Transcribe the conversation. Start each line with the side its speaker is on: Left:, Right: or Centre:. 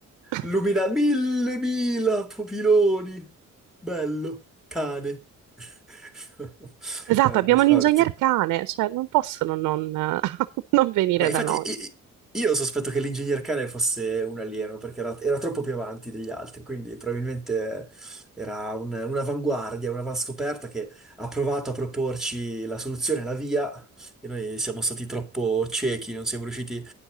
Right: <laughs>
Centre: Lumina mille, mila pupiloni. Bello, cane. <laughs>
Right: Esatto,
Centre: Eh,
Right: abbiamo
Centre: questo
Right: l'ingegner
Centre: qua,
Right: cane, cioè non possono non, <laughs> non venire
Centre: ma infatti
Right: da noi.
Centre: i- io sospetto che l'ingegner cane fosse un alieno perché era, era troppo più avanti degli altri, quindi probabilmente era un- un'avanguardia, un'avanscoperta che ha provato a proporci la soluzione, la via, e noi siamo stati troppo ciechi, non siamo riusciti